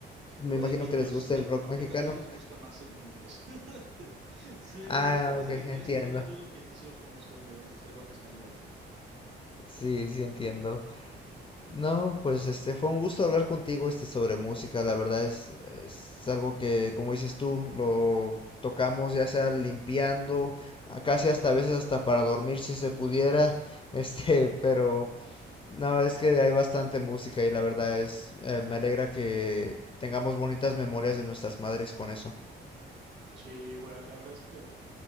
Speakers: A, on the left; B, on the right.
A: me
B: Puede
A: imagino
B: que ellos
A: que les gusta
B: sí,
A: el rock
B: aunque
A: mexicano.
B: también les gusta más el inglés. <laughs> Sí, le-
A: Ah,
B: Les gusta más
A: ok,
B: el
A: entiendo.
B: inglés, pero no dudo que sí lo conozcan de el rock español.
A: Sí, sí entiendo. No, pues este fue un gusto hablar contigo este sobre música. La verdad es, es algo que, como dices tú, lo tocamos ya sea limpiando, a- casi hasta a veces hasta para dormir si se pudiera. <laughs> Este, pero no, es que hay bastante música y la verdad es, eh, me alegra que tengamos bonitas memorias de nuestras madres con eso.
B: Sí, igual, la verdad es que,